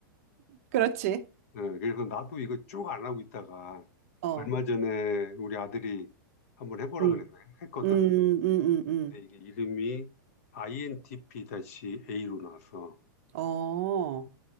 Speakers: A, on the right; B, on the left.
A: 그렇지.
B: 예, 그래서 나도 이거 쭉 안 하고 있다가
A: 어,
B: 얼마 전에 우리 아들이 한번 해보라
A: 음,
B: 그래서 했거든.
A: 음, 음, 음, 음.
B: 근데 이게 이름이 INTP-A로 나왔어.
A: 어,